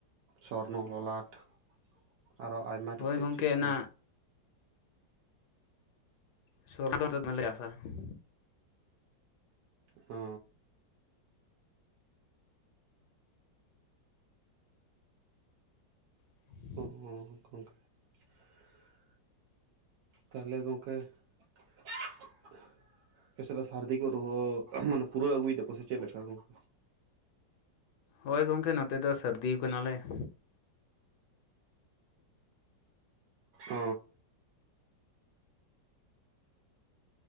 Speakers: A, on the right (about 65°); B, on the left (about 70°).
A: ᱥᱚᱨᱱᱚ ᱞᱚᱞᱟᱴ <inaudible> ᱟᱨᱚ ᱟᱭᱢᱟ
B: ᱦᱳᱭ
A: ᱪᱮᱫ
B: ᱜᱚᱢᱠᱮ
A: ᱪᱮᱫ ᱠᱚ
B: ᱚᱱᱟ
A: ᱾
B: <unintelligible> ᱟᱥᱟ ᱾
A: ᱚ ᱾
B: <inaudible>
A: <unintelligible> <inaudible> ᱛᱟᱦᱚᱞᱮ ᱜᱚᱝᱠᱮ <inaudible> <inaudible> ᱟᱯᱮ ᱥᱮᱫ ᱫᱚ ᱥᱟᱹᱨᱫᱤ ᱠᱚ <unintelligible> ᱢᱟᱱᱮ ᱯᱩᱨᱟᱹᱣ ᱟᱹᱜᱩᱭ ᱮᱫᱟ ᱠᱚ ᱥᱮ ᱪᱮᱫ ᱞᱮᱠᱟ ᱜᱚᱝᱠᱮ?
B: ᱦᱳᱭ ᱜᱚᱝᱠᱮ ᱱᱚᱛᱮ ᱫᱚ ᱥᱟᱹᱨᱫᱤ ᱟᱠᱟᱱᱟ ᱞᱮ ᱾
A: ᱚ ᱾